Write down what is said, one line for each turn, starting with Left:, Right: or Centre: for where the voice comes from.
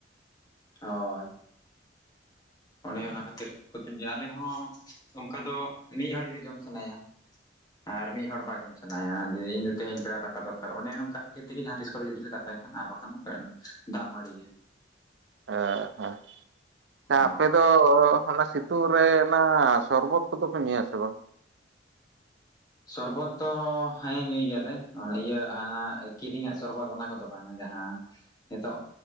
Left: ᱦᱳᱭ ᱚᱱᱮ ᱚᱱᱟ ᱠᱷᱟᱹᱛᱤᱨ ᱠᱚᱛᱮ ᱟᱞᱮ ᱦᱚᱸ ᱚᱱᱠᱟ ᱫᱚ ᱢᱤᱫ ᱦᱚᱲ ᱡᱩᱫᱤ ᱡᱚᱢ ᱥᱟᱱᱟᱭᱟ ᱟᱨ ᱢᱤᱫ ᱦᱚᱲ ᱵᱟᱭ ᱡᱚᱢ ᱥᱟᱱᱟᱭᱟ ᱡᱮ ᱤᱧ ᱫᱚ ᱛᱮᱦᱤᱧ ᱯᱮᱲᱟ ᱫᱟᱠᱟ ᱫᱚᱨᱠᱟᱨ ᱚᱱᱮ ᱱᱚᱝᱠᱟ ᱠᱷᱟᱹᱛᱤᱨ ᱛᱮᱜᱮ ᱡᱟᱦᱟᱸ ᱛᱤᱥᱨᱮ ᱡᱩᱫᱤ ᱞᱮ ᱫᱟᱠᱟ ᱱᱟ ᱟᱨ ᱵᱟᱠᱷᱟᱱ ᱫᱚ ᱫᱟᱜ ᱢᱟᱹᱲᱤ ᱜᱮ
Right: ᱚ ᱦᱮᱸ
Left: ᱚ
Right: ᱟᱯᱮ ᱫᱚ ᱚᱱᱟ ᱥᱤᱛᱩᱝ ᱨᱮ ᱚᱱᱟ ᱥᱚᱨᱵᱚᱛ ᱠᱚᱫᱚ ᱯᱮ ᱧᱩᱭᱟᱥᱮ ᱵᱟᱝ
Left: ᱥᱚᱨᱵᱚᱛ ᱫᱚ ᱦᱮᱸ ᱧᱩᱭ ᱜᱮᱭᱟᱞᱮ ᱚᱱᱮ ᱤᱭᱟᱹ ᱦᱟᱱᱟ ᱠᱤᱨᱤᱧᱟᱜ ᱥᱚᱨᱵᱚᱛ ᱚᱱᱟ ᱠᱚᱫᱚ ᱵᱟᱝᱟ ᱡᱟᱦᱟᱸ ᱦᱮᱸ ᱱᱤᱛᱚᱜ